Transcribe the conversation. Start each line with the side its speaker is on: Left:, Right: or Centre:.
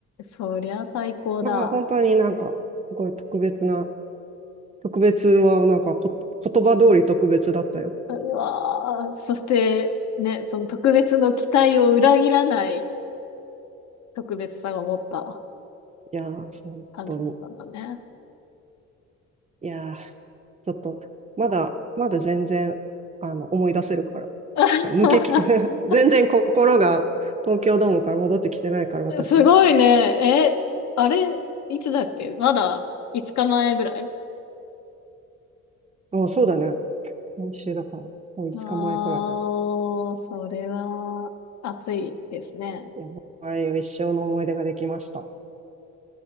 Left: そりゃ最高だ。
Right: だから本当になんか、すごい特別な特別は、なんかこ、言葉通り特別だったよ。
Left: うわーそして、ね、その特別の期待を裏切らない特別さを持った。
Right: いやー、本当に。
Left: 感じゅったんだね。
Right: いやー、ちょっと、まだ、まだ全然、あの、思い出せるから。
Left: <laughs>
Right: なんか抜けき、<laughs> 全然心が東京ドームから戻ってきてないから、私は。
Left: すごいね。え、あれ、いつだっけまだ5日前ぐらい
Right: あ、そうだね。先週だから、もう5日前くらいだね。
Left: ああー、それは暑いですね。
Right: いや、ああいう一生の思い出ができました。